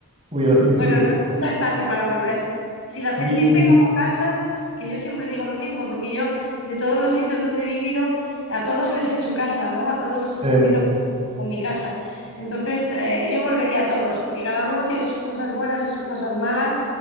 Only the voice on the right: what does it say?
Hubiera sido increíble.
Sí,
eh,